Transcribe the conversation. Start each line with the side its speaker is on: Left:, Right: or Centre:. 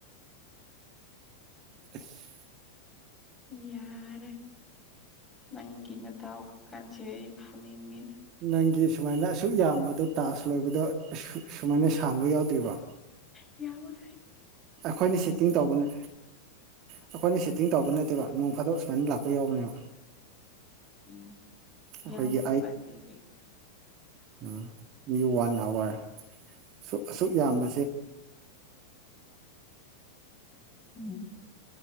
Right: <unintelligible>
Left: <inaudible> ꯌꯥꯔꯦ ꯅꯪꯒꯤ ꯅꯗꯥꯎ ꯈꯨꯀꯥꯟꯁꯦ ꯑꯩ ꯐꯨꯅꯤꯡꯉꯤꯗ
Right: ꯅꯪꯒꯤ ꯁꯨꯃꯥꯏꯅ ꯑꯁꯨꯛ ꯌꯥꯝꯕꯗꯣ ꯇꯥꯛꯁ ꯂꯣꯏꯕꯗꯣ ꯁꯨꯃꯥꯏꯅ ꯁꯥꯡꯕ ꯌꯥꯎꯗ꯭ꯔꯤꯕꯣ
Left: ꯌꯥꯎꯗꯦ
Right: ꯑꯩꯈꯣꯏꯅ ꯁꯦꯠꯇꯤꯡ ꯇꯧꯕꯅꯦ ꯑꯩꯈꯣꯏꯅ ꯁꯦꯠꯇꯤꯡ ꯇꯧꯕ ꯅꯠꯇꯦꯕ ꯅꯣꯡ ꯐꯥꯗꯣꯛ ꯁꯨꯃꯥꯏꯅ ꯂꯥꯛꯄ ꯌꯥꯎꯕꯅꯦꯕ
Left: ꯎꯝ
Right: ꯑꯩꯈꯣꯏꯒꯤ
Left: ꯌꯥꯎꯗꯦꯕ ꯗꯨꯒꯤ
Right: ꯎꯝ ꯕ꯭ꯌꯨ ꯋꯥꯟ ꯑꯋ꯭ꯔ ꯑꯁꯨꯛ ꯑꯁꯨꯛ ꯌꯥꯝꯕ
Left: ꯎꯝ